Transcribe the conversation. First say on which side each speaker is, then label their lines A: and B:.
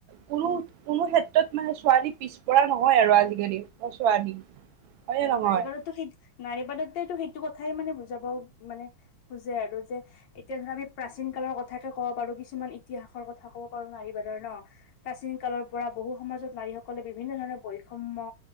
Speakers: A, on the right (about 80°); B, on the left (about 65°).
A: কোনো কোনো ক্ষেত্ৰত মানে ছোৱালী পিছপৰা নহয়। নহয় আৰু আজিকালি ছোৱালী। হয়নে
B: হয়
A: নহয়?
B: নাৰীপাৰততো শীত, নাৰীপাৰততেটো শী এইটো কথাই মানে বুজাব মানে বুজে আৰু যে এতিয়া ধৰা আমি। প্ৰাচীন কালৰ কথাকে ক'ব পাৰো, কিছুমান ইতিহাসৰ কথা ক'ব পাৰো, নাৰীবাদৰ ন প্ৰাচীন কালৰ। পৰা বহু সমাজত নাৰীসকলে বিভিন্ন ধৰণৰ বৈষম্য